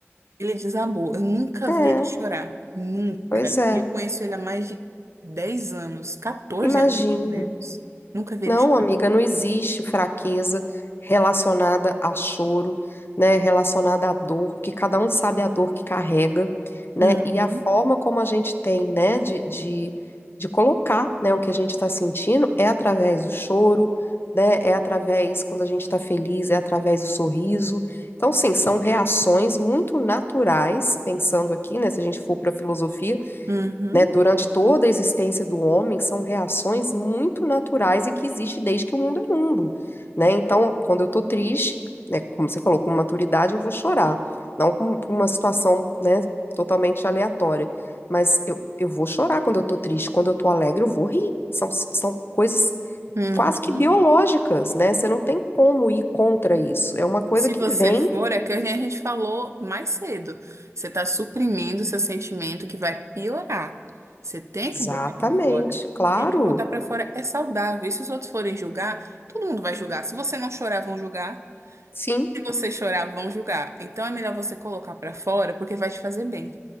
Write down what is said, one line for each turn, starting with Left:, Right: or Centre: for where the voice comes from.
Right: ele desabou. Eu nunca
Left: É,
Right: vi
Left: é,
Right: ele chorar. Nunca.
Left: pois é.
Right: E eu conheço ele há mais de 10 anos, 14
Left: Imagina.
Right: anos, mais ou menos. Nunca vi
Left: Não,
Right: ele chorar.
Left: amiga, não existe fraqueza relacionada a choro, né, relacionada à dor, porque cada um sabe a dor que carrega, né,
Right: Uhum,
Left: e a forma como a gente tem, né, de, de, de colocar, né, o que a gente está sentindo é através do choro, né, é através quando a gente está feliz, é através do sorriso. Então, sim, são reações muito naturais, pensando aqui, né, se a gente for para a filosofia
Right: uhum,
Left: né, durante toda a existência do homem, são reações muito naturais e que existe desde que o mundo é mundo, né? Então, quando eu tô triste, né, como você falou, com maturidade eu vou chorar, não com com uma situação, né, totalmente aleatória, mas eu, eu vou chorar quando eu tô triste, quando eu tô alegre eu vou rir, são, são coisas
Right: uhum.
Left: quase que biológicas, né? Você não tem como ir contra isso, é uma coisa
Right: E se
Left: que
Right: você
Left: vem.
Right: for, é que nem a gente falou mais cedo. Você está suprimindo seu sentimento que vai piorar. Você tem
Left: Exatamente,
Right: que botar para fora.
Left: claro,
Right: Tem que botar para fora. É saudável. E se os outros forem julgar, todo mundo vai julgar. Se você não chorar, vão julgar.
Left: sim.
Right: Se você chorar, vão julgar. Então é melhor você colocar para fora, porque vai te fazer bem.